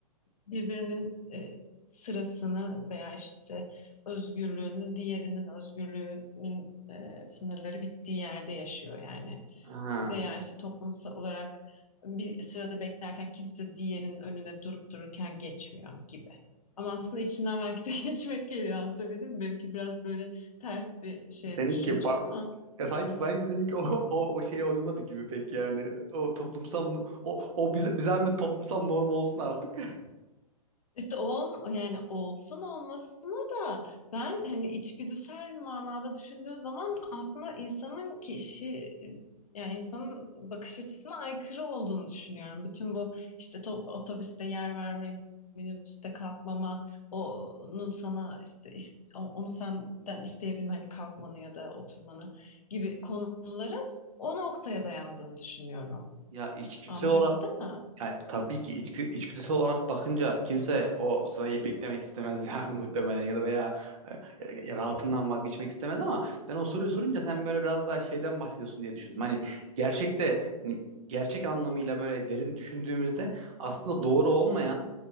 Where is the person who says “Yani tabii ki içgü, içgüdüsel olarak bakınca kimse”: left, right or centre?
Right